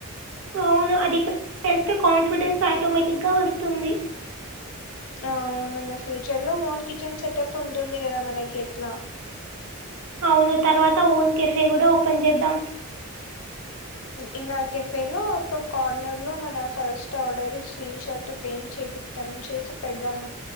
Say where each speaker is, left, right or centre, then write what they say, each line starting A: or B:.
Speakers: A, on the right; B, on the left.
A: అవును అది చేస్తే కాన్ఫిడెన్స్ ఆటోమేటిక్గ వస్తుంది
B: అవునంగా ఫ్యూచర్ లో ఓన్ కిచెన్ సెటప్ ఉంటుంది కదా మనకి ఎట్లా
A: అవును తర్వాత ఓన్ కెఫ్ఫే కూడ ఓపెన్ చేద్దాం
B: ఇంగా కెఫ్ఫే లో ఒక కార్నర్ లో మన first order screen shot frame చేపిద్ ద్ధం చేసి పెడదాం